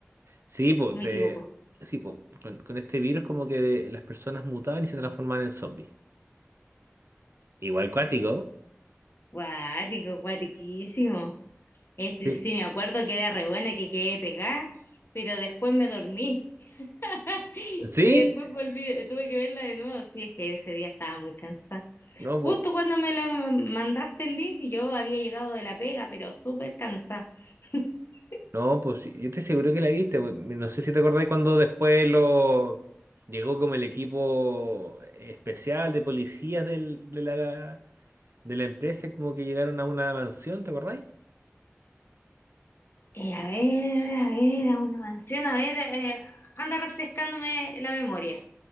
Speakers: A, on the right (about 60°); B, on the left (about 55°).
A: Sí, pues,
B: ¿o me
A: eh,
B: equivoco?
A: sí, pues, con, con este virus como que las personas mutaban y se transformaban en zombies. Igual cuático,
B: Guático, guatiquísimo. Este,
A: sí.
B: sí, me acuerdo que era re buena, que quedé pegada, pero después me dormí. <laughs>
A: ¿Sí?
B: Y después volví, tuve que verla de nuevo. Sí, es que ese día estaba muy cansada.
A: No,
B: Justo
A: pues.
B: cuando me la ma- mandaste el link, yo había llegado de la pega, pero súper cansada. <laughs>
A: No, pues sí, yo estoy seguro que la viste. pues, No sé si te acordáis cuando después lo llegó como el equipo especial de policías del- de la, de la empresa, como que llegaron a una mansión, ¿te acordáis?
B: Eh, a ver, a ver, a una mansión, a ver, eh, anda refrescándome la memoria.